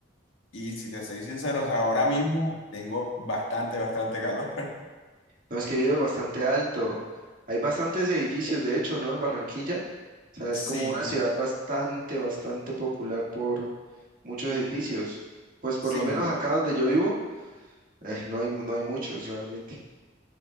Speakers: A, on the left; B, on the right.
A: Y si te soy sincero, o sea, ahora mismo tengo bastante, bastante calor. <laughs>
B: No, es que vive bastante alto. Hay bastantes edificios, de hecho, ¿no? En Barranquilla. O sea,
A: Sí,
B: es como una
A: mu-
B: ciudad bastante, bastante popular por muchos edificios. Pues por
A: sí,
B: lo menos
A: mu-
B: acá donde yo vivo, eh, no hay, no hay muchos realmente.